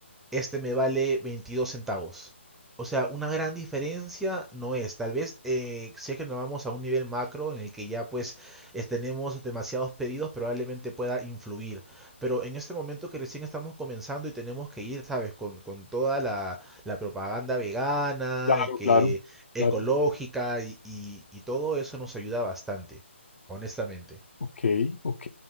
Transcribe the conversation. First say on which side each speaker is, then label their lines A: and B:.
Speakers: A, in the centre; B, on the left.
A: este me vale 22 centavos. O sea, una gran diferencia no es. Tal vez eh, si es que nos vamos a un nivel macro en el que ya pues es- tenemos demasiados pedidos, probablemente pueda influir. Pero en este momento que recién estamos comenzando y tenemos que ir, ¿sabes? Con, con toda la, la propaganda vegana
B: claro,
A: y que
B: claro,
A: ecológica
B: claro.
A: y, y y todo eso nos ayuda bastante, honestamente.
B: Ok, ok.